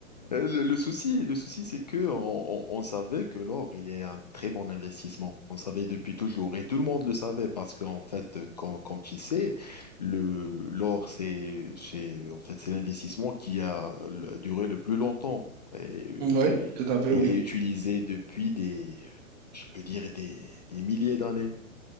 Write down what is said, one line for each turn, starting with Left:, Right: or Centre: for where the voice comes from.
Left: Euh, Le, le souci, le souci, c'est que on, on- on savait que l'or, il est un très bon investissement. On savait depuis toujours, et tout le monde le savait, parce qu'en fait, quand, quand tu sais, le, l'or, c'est, c'est, en fait, c'est l'investissement qui a euh, duré le plus longtemps. Et euh,
Right: Oui, tout à fait,
Left: il
Right: oui.
Left: est utilisé depuis des, je peux dire, des, des milliers d'années.